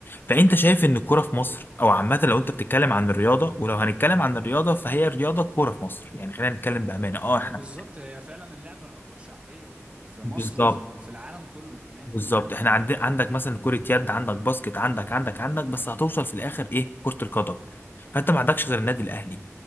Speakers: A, on the left; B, on the right.
A: فانت شايف ان الكوره في مصر او عامه لو انت بتتكلم عن الرياضه ولو هنتكلم عن الرياضه فهي الرياضه الكوره في مصر يعني خلينا نتكلم بامانه اه
B: ده
A: احنا
B: بالظبط هي فعلا اللعبة الأكبر شعبية في ال- في مصر
A: بالظبط
B: وفي ال- في العالم كله كمان
A: بالظبط
B: يعني
A: احنا عند... عندك مثلا كرة يد عندك باسكت عندك عندك عندك بس هتوصل في الاخر ايه كرة القدم فانت ما عندكش غير النادي الاهلي